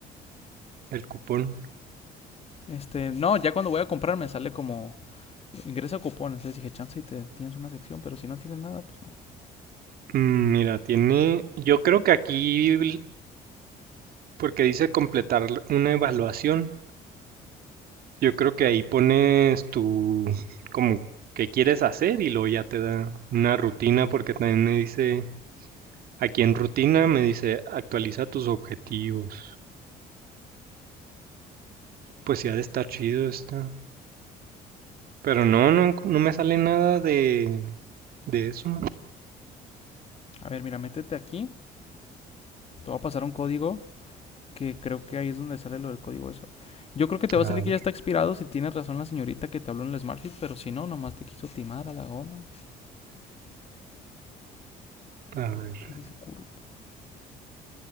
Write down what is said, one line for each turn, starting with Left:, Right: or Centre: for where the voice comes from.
Right: El cupón.
Left: Este, no, ya cuando voy a comprar me sale como ingresa cupón. Entonces dije, chance y te tienes una sección, pero si no tienes nada, pues no.
Right: Mm, Mira, tiene. Yo creo que aquí, porque dice completar una evaluación, yo creo que ahí pones tu, como, qué quieres hacer y luego ya te da una rutina, porque también me dice Aquí en rutina me dice, actualiza tus objetivos. Pues ya está chido esta. Pero no, no, no me sale nada de, de eso.
Left: A ver, mira, métete aquí. Te va a pasar un código que creo que ahí es donde sale lo del código eso. Yo creo que te va
Right: A
Left: a salir que
Right: ver,
Left: ya está expirado si tienes razón la señorita que te habló en el Smartfit, pero si no, nomás te quiso timar a la goma.
Right: a ver.
Left: ¿Qué dice Kurup?